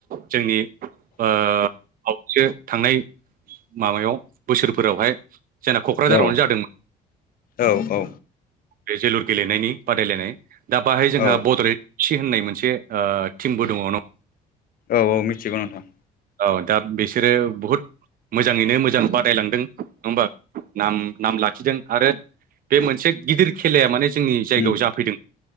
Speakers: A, on the right; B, on the left.
A: जोंनि ओ बावैसो थांनाय माबायाव बोसोरफोरावहाय जोंना क'क्राझारावनो
B: औ
A: जादोंमोन।
B: औ औ
A: बे जोलुर गेलेनायनि बादायलायनाय दा बाहाय जोंहा
B: औ
A: बड'लेण्ड सि होननाय मोनसे ओ टिमबो दङ न
B: औ औ मिथिगौ नोंथां।
A: औ दा बिसोरो बुहुद मोजाङैनो मोजां बादायलांदों नङा होमबा नाम नाम लाखिदों आरो बे मोनसे गिदिर खेलाया माने जोंनि जायगायाव
B: उम
A: जाफैदों